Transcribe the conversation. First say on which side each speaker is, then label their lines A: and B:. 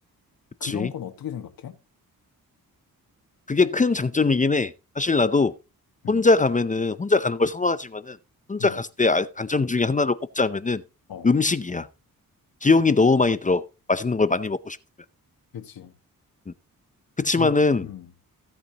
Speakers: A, on the left (about 20°); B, on the left (about 80°).
A: 그치.
B: 그런 건 어떻게 생각해?
A: 그게 큰 장점이긴 해. 사실 나도
B: 음,
A: 혼자 가면은 혼자 가는 걸 선호하지만은 혼자
B: 음,
A: 갔을 때 아- 단점 중에 하나를 꼽자면은
B: 어,
A: 음식이야. 비용이
B: 음식.
A: 너무 많이 들어. 맛있는 걸 많이 먹고 싶으면.
B: 그치.
A: 음. 그치만은
B: 그, 음,